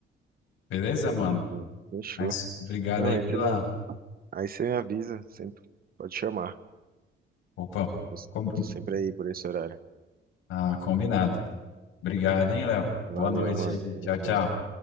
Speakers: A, on the left; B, on the right.
A: Beleza, mano?
B: pode crer, fechou.
A: Mas obrigado
B: Não,
A: aí
B: aí
A: pela.
B: você me, aí você me avisa, sempre, pode chamar,
A: Opa,
B: eu s-
A: com-
B: tô sempre aí por esse horário.
A: ah, combinado. Obrigado, hein, Léo? Boa
B: Valeu,
A: noite
B: mano,
A: aí.
B: tamo
A: Tchau, tchau.
B: junto.